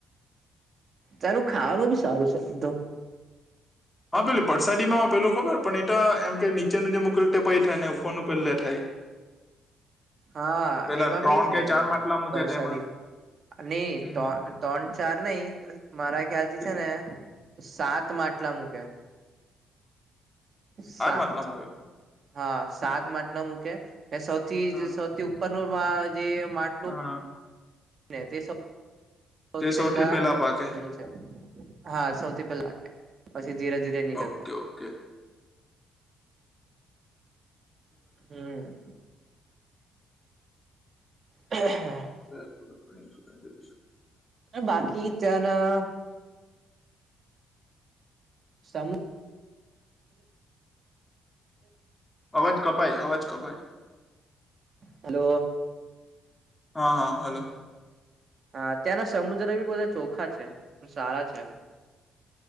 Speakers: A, on the right; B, on the left.
A: તારું ખાવાનું બી સારું છે બધું.
B: હા પેલું પરસાદી માં હ પેલું ખબર પણ એ તો એમ કે નીચેનું જે મ મુકેલું પય થાય ને ઉપરનું પહેલા થાય.
A: હા
B: પેલા
A: એમાં
B: ત્રણ
A: બી છે
B: કે ચાર માટલા મૂકે
A: પ્રસાદી.
B: તેમાં
A: નહી
B: હમ
A: ત્રણ ચાર નહી મારા ખ્યાલ થી
B: કેટલું?
A: છે ને સાત માટલા મૂક્યા સાત
B: માટલા મૂકે
A: હા સાત માટેટ ન મૂકે એ સૌથી
B: હા
A: સૌ તે ઉપરનું જે મા
B: હા
A: તે <inaudible> સૌથી
B: તે
A: પહેલા
B: પેલા પાકે
A: પલું છે હા સૌથી પેલા પછી ધીરે ધીરે નીકળ
B: ઓકે
A: થાય.
B: ઓકે
A: હમ્મ હ.
B: <inaudible>
A: બાકી જના સમ
B: અવાજ કપાઈ અવાજ કપાઈ.
A: હલો.
B: હા હા હલો.
A: હા ત્યાંના સમુદ્ર બી બધા ચોખા છે સારા છે